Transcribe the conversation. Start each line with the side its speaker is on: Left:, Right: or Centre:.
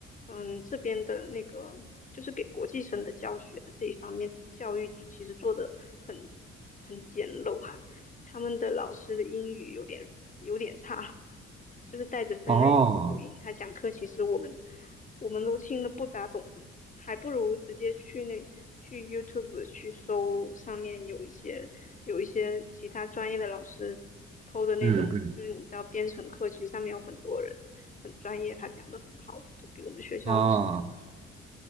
Left: 嗯，这边的那个就是给国际生的教学的这一方面，教育组其实做的很很简陋啊，他们的老师的英语有点有点差，就是带着芬兰语口音，
Right: 哦，
Left: 他讲课其实我们我们都听得不咋懂，还不如直接去那去 YouTube 去搜上面有一些。有一些其他专业的老师抛的那种，
Right: 嗯嗯，
Left: 就是你知道编程课，其实上面有很多人很专业，他讲的很好，都比我们学校老师讲的好。
Right: 哦。